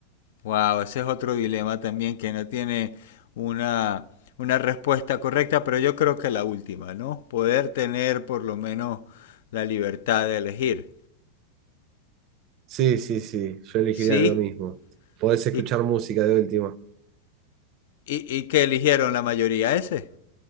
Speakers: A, on the left (about 55°); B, on the right (about 40°).
A: Wow, ese es otro dilema también que no tiene una, una respuesta correcta, pero yo creo que la última, ¿no? Poder tener por lo menos la libertad de elegir.
B: Sí, sí, sí, yo elegiría
A: ¿Sí?
B: lo mismo. Podés escuchar
A: ¿Y,
B: música de última.
A: y, y qué eligieron la mayoría ese?